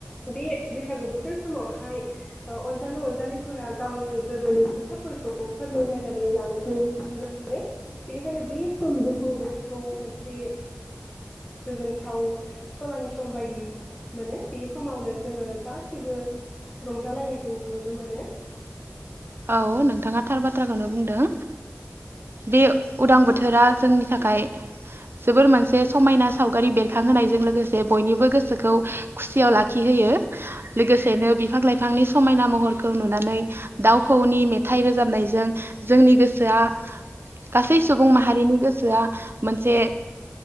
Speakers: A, on the left; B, on the right.
A: बे बैसागो बोथोर समावहाय ओ अनजालु अनजालिफोरा गावनि गोरबोनि खोथाफोरखौ फोरमायलायनानै लानायखौ नुनो मोनो बेनिखायनो बे सम दुफां बोथोरखौ मोनसे गोजोन्थाव सनानि सम बायदि मोनो बे समावनो जोङो गासैबो रंजालायनायखौ नुनो मोनो।
B: औ नोंथाङा थार बाथ्राखौनो बुंदों बे उदां बोथोरा जोंनि थाखाय जोबोर मोनसे समायना सावगारि बेरखांहोनायजों लोगोसे बयनिबो गोसोखौ खुसियाव लाखिहोयो लोगोसेनो बिफां लाइफांनि समायना महरखौ नुनानै दाउ खौऔनि मेथाइ रोजाबनायजों जोंनि गोसोआ गासै सुबुं माहारिनि गोसोआ मोनसे